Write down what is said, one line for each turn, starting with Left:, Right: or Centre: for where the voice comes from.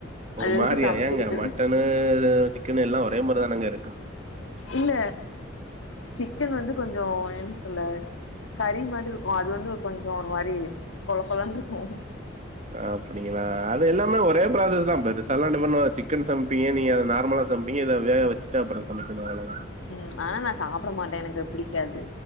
Left: அது
Right: ஒரு
Left: எதுக்கு
Right: மாரியா
Left: சமைச்சுக்கிட்டு
Right: ஏங்க மட்டனு சிக்கனு எல்லா ஒரே மாரிதானங்க இருக்கு
Left: இல்ல சிக்கன் வந்து கொஞ்சோ என்ன சொல்ல கறி மாரி இருக்கு அது வந்து கொஞ்சோ ஒரு மாரி கொழ கொழன்ருக்கு
Right: அப்டிங்களா அது எல்லாமே ஒரே ப்ராசஸ் தா பெருசால <unintelligible> பண்ண சிக்கன் சம் பீங்க நீங்க அத நார்மலா சமப்பீங்க இத வேக வெச்சுட்டு அப்புற சமப்பீங்க அவ்ளதா
Left: ம் ஆனா நா சாப்புட மாட்டே எனக்கு அ பிடிக்காது